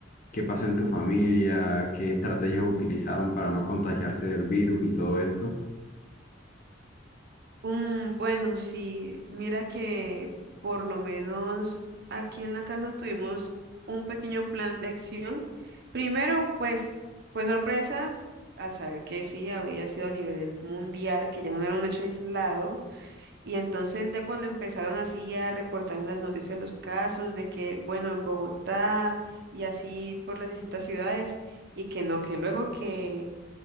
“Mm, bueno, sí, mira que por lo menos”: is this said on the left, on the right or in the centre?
Right